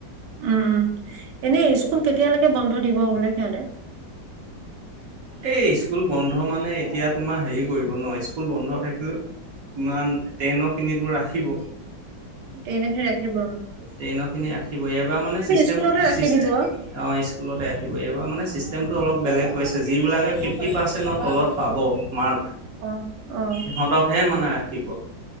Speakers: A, on the right; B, on the right.
A: উম, উম এনেই স্কুল কেতিয়ালৈকে বন্ধ দিব বোলে সিহঁতে?
B: এই স্কুল বন্ধ মানে এতিয়া তোমাৰ হেৰি কৰিব ন স্কুল বন্ধ থাকিলেও ইমান টেইনৰখিনিতো ৰাখিব।
A: তেনেকে ৰাখিব
B: ট্ৰেইনৰখিনি ৰাখিব এইবাৰ মানে চিষ্টেম
A: স্কুলতে ৰাখি
B: চিষ্ট
A: দিব
B: অ' স্কুলতে ৰাখিব। এইবাৰ মানে চিষ্টেমটো অলপ বেলেগ হৈছে আৰু। যিবিলাকে ফিফটি পাৰ্চেণ্টৰ তলত পাব মাৰ্ক
A: অ অ
B: সিহঁতকহে মানে ৰাখে। খিব